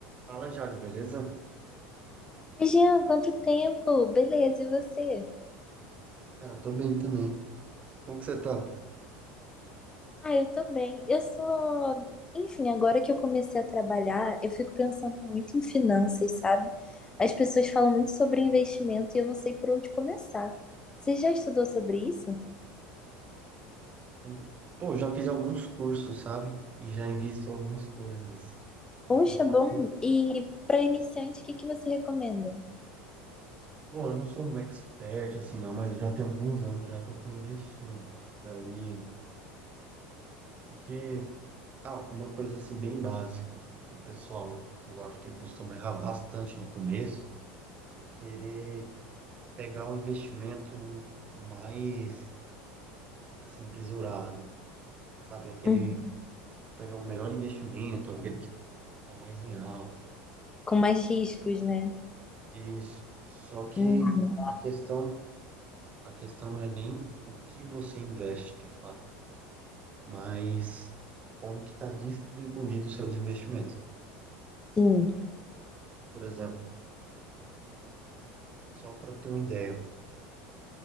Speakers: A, on the right; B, on the left.
A: Fala, Jade, beleza?
B: Oi, Jean, quanto tempo? Beleza, e você?
A: Cara, tô bem também. Como que você tá?
B: Ah, eu tô bem. Eu sou. Enfim, agora que eu comecei a trabalhar, eu fico pensando muito em finanças, sabe? As pessoas falam muito sobre investimento e eu não sei por onde começar. Você já estudou sobre isso?
A: Sim. Pô, eu já fiz alguns cursos, sabe? E já invisto algumas coisas. Então,
B: Poxa, bom.
A: aqui...
B: E para iniciante, o que que você recomenda?
A: Bom, eu não sou um expert, assim, não, mas eu já tenho alguns anos já que eu tô investindo. Daí, o que... Ah, uma coisa, assim, bem básica, que o pessoal, que eu acho que costuma errar bastante no começo, é querer pegar o investimento mais, assim, bisurado. Sabe, aquele
B: Uhum.
A: pegar o melhor investimento, aquele que está mais em alta.
B: Com mais riscos, né?
A: Isso. Só que
B: Uhum.
A: a questão, a questão não é nem o que você investe de fato, mas como que está distribuído os seus investimentos.
B: Sim.
A: Por exemplo, só para ter uma ideia,